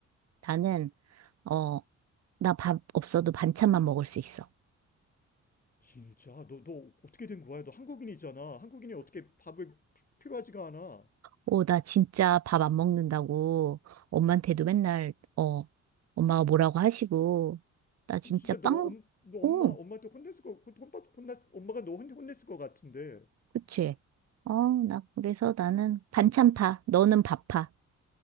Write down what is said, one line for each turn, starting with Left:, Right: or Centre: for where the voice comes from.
Right: 나는, 어, 나 밥 없어도 반찬만 먹을 수 있어.
Left: 진짜, 너, 너 어떻게 된 거야? 너 한국인이잖아. 한국인이 어떻게 밥을 피- 필요하지가 않아.
Right: 어, 나 진짜 밥 안 먹는다고 엄마한테도 맨날, 어, 엄마가 뭐라고 하시고, 나 진짜
Left: 진짜
Right: 빵,
Left: 너, 엄, 너 엄마
Right: 어,
Left: 엄마한테 혼냈을 거 혼- 혼받 혼났 엄마가 너 혼내, 혼냈을 것 같은데
Right: 그치? 어, 나, 그래서 나는 반찬파, 너는 밥파.